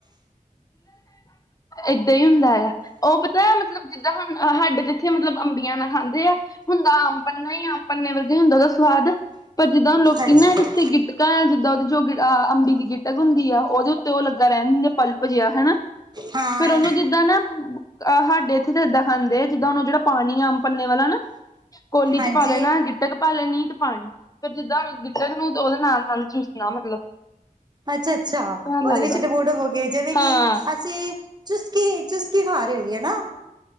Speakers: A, on the left (about 25°); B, on the right (about 30°).
A: ਏਦਾਂ ਹੀ ਹੁੰਦਾ ਆ ਓ ਪਤਾ ਮਤਲਬ ਜਿੱਦਾਂ ਹੁਣ ਸਾਡੇ ਜਿੱਥੇ ਮਤਲਬ ਅੰਬੀਆਂ ਨਾਲ ਖਾਂਦੇ ਆ ਹੁੰਦਾ ਆਮ ਪੰਨਾ ਈ ਆਮ ਪੰਨੇ ਵਰਗੇ ਹੁੰਦਾ ਉਹਦਾ ਸਵਾਦ ਪਰ ਜਿੱਦਾਂ ਹੁਣ ਲੋਕ ਕਿਹਨਾ
B: ਅੱਛਾ
A: ਜਿੱਥੇ ਗਿੱਟਕਾਂ ਐ ਜਿੱਦਾਂ ਉਹਦੇ ਜੋ ਗ ਅੰਬੀ ਦੀ ਗਿੱਟਕ ਹੁੰਦੀ ਆ ਉਹਦੇ ਤੇ ਉਹ ਲੱਗਾ ਰਹਿੰਦੇ ਨੇ ਪਲ ਪਾ ਜਿਹਾ ਹਨਾ
B: ਹਾਂ
A: ਫੇਰ ਉਹਨੂੰ ਜਿੱਦਾਂ ਨਾ ਸਾਡੇ ਇੱਥੇ ਤਾਂ ਏਦਾਂ ਖਾਂਦੇ ਜਿੱਦਾਂ ਹੁਣ ਜਿਹੜਾ ਪਾਣੀ ਆਮ ਪੰਨੇ ਵਾਲਾ ਨਾ ਕੋਲੀ
B: ਹਾਂਜੀ,
A: ਚ ਪਾ ਲੈਣਾ ਗਿੱਟਕ ਪਾ ਲੈਣੀ ਤੇ ਪਾਣੀ ਫਿਰ ਜਿੱਦਾਂ ਨੂੰ ਉਹਦੇ ਨਾਲ ਨਾਲ ਚੂਸਣਾ ਮਤਲਬ
B: ਅੱਛਾ ਅੱਛਾ,
A: ਸਵਾਦ
B: ਉਹਦੇ
A: ਲੱਗਦਾ
B: ਵਿੱਚ ਡਬੋ ਡਬੋ ਕੇ ਜਿਵੇਂ
A: ਹਾਂ
B: ਕਿ ਅਸੀਂ ਚੁਸਕੀ ਚੁਸਕੀ ਖਾ ਰਹੇਗੀ ਹਨਾ